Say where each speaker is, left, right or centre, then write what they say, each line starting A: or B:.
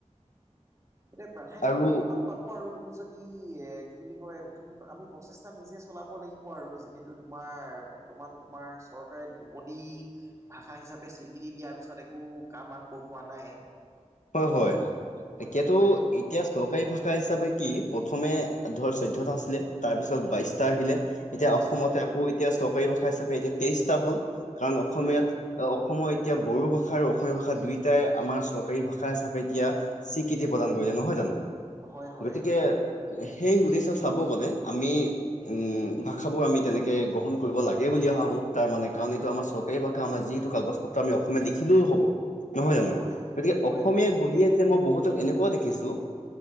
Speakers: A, on the right (about 25°); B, on the left (about 85°).
A: এতিয়া প্ৰাধান্য
B: আৰু
A: বৰ্তমান পাব আৰু তুমি যদি এ কি বুলি কয় তুমি আমি প্ৰচেষ্টা নিজে চলাব লাগিব আৰু যিহে তু তোমাৰ বৰ্তমান তোমাৰ চৰকাৰে ধ্ৰুপদী ভাষা হিচাপে স্বীকৃতি দিয়াৰ পিছত একো কাম আগবঢ়োৱা নাই।
B: হয় হয়
A: হয়,
B: এতিয়াতো
A: হয়, হয়,
B: এতিয়া চৰকাৰী ভাষা হিচাপে কি প্ৰথমে ধৰ চৈধ্যটা আছিলে তাৰপিছত বাইশটা আহিলে এতিয়া
A: বাইশটা
B: অসমতে
A: আহিলে
B: আকৌ এতিয়া চৰকাৰী ভাষা হিচাপে এতিয়া তেইশটা হ'ল, কাৰণ অসমীয়াত।
A: হয়,
B: অসমৰ এতিয়া বড়ো ভাষা আৰু অসমীয়া ভাষা দুয়োটাই আমাৰ চৰ কাৰি ভাষা হিচাপে, এতিয়া স্বীকৃতি প্ৰদান কৰিছে নহয় জানো
A: হয়, হয়,
B: গতিকে। সেই উদ্দেশ্য চাব গ'লে আমি। উ ভাষাবোৰ আমি তেনেকে গ্ৰহণ কৰিব লাগে বুলি ভাবোঁ তাৰ মানে কাৰণ এইটো আমাৰ চৰ কাৰি ভাষা আমাৰ যিটো কাগজ পত্ৰ আমি অসমীয়াাত লিখিলেও হ'ব, নহয় জানো।
A: হয়, হয়,
B: অসমীয়াই
A: হয়।
B: বুলিয়ে যে মই বহুতক এনেকুৱাও দেখিছো।